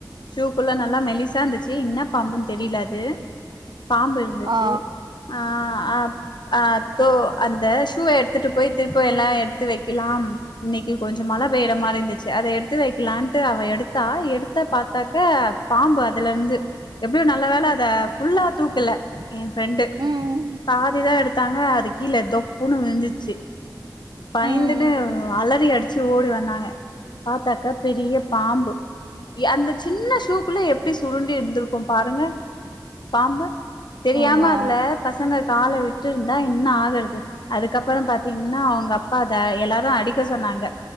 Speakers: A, on the left; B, on the right.
A: சூக்குள்ள நல்லா மெலிசா இருந்துச்சு என்ன பாம்புன்னு தெரியலாது பாம்பு இருந்துச்சு
B: ஆ
A: ஆ அ அ தோ அந்த ஷூவ எடுத்து போய் திருப்ப எல்லா எடுத்து வைக்கலா இன்னைக்கு கொஞ்ச மழ பெய்யர மாரி இருந்துச்சு அத எடுத்து வைக்கலான் டு அவ எடுத்தா எடுத்த பாத்தாக்க பாம்பு அதுல இருந்து எப்டியோ நல்ல வேல அத ஃபுல்லா தூக்கல என் ஃப்ரெண்டு
B: ம்
A: பாதிதா எடுத்தாங்க அதுக்கீழ தொப்புன்னு விழுந்துச்சு பயந்துன்னு
B: ம் ம் ம்
A: அலறி அடிச்சு ஓடி வந்தாங்க பாத்தாக்கா பெரிய பாம்பு அந்த சின்ன ஷூக்குள்ள எப்டி சுருண்டு இருந்திருக்கு பாருங்க பாம்பு தெரியாம
B: ஆமா
A: அதுல பசங்க கால விட்டு இருந்தா என்ன ஆகறது அதுக்கப்புற பாத்தீங்கன்னா அவங்க அப்பா அத எல்லாரு அடிக்க சொன்னாங்க